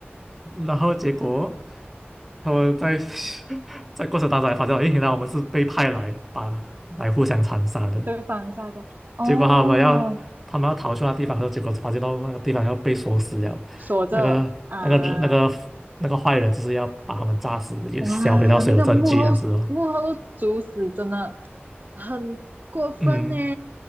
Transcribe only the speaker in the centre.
然后结果他们在 <laughs> 在过程当中还发现，诶，原来我们是被派来把来互相残杀的。
结果他们要他们要逃去那地方的时候，结果发现到那个地方要被锁死了，
那个那个那个那个坏人就是要把他们炸死，也销毁到所有证据这样子哦。
嗯